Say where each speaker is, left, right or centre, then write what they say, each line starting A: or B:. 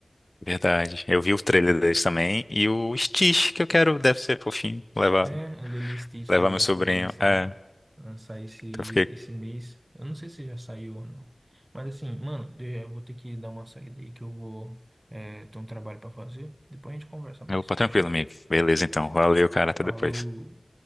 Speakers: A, on the left; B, on the right.
A: Verdade. Eu vi o trailer deles também. E o Stitch, que eu quero, deve ser fofinho. Levar,
B: É, o Lilo e Stitch
A: levar
B: que eu
A: meu
B: acho
A: sobrinho.
B: que vai lançar,
A: É, então
B: lançar esse,
A: eu fiquei.
B: esse mês. Eu não sei se já saiu ou não. Mas assim, mano, eu vou ter que dar uma saída aí que eu vou, é, ter um trabalho pra fazer. Depois a gente conversa mais,
A: Eu, pô,
B: fechou?
A: tranquilo, amigo. Beleza, então. Valeu, cara. Até
B: Falou!
A: depois.